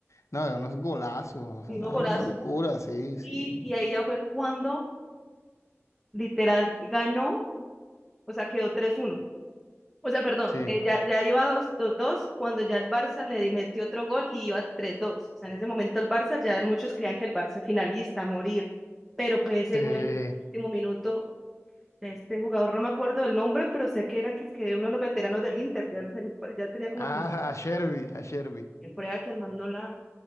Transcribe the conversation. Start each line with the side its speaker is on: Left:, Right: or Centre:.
Left: No, de unos golazos, o sea,
Centre: y
Left: una,
Centre: unos golazos,
Left: una locura, sí, sí.
Centre: y, y ahí ya fue cuando literal ganó, o sea, quedó tres uno O sea, perdón,
Left: Sí.
Centre: eh, ya, ya iba dos dos cuando ya el Barça le metió otro gol y iba tres dos. O sea, en ese momento el Barça, ya muchos creían que el Barça es finalista, a morir. Pero pues ese
Left: Sí.
Centre: gol en el último minuto de este jugador, no me acuerdo del nombre, pero sé que era que, es que uno de los veteranos del Inter, ya, no sé, ya tenía como
Left: Ah,
Centre: 30
Left: a Sherby, a Sherby.
Centre: prueba que el man no la...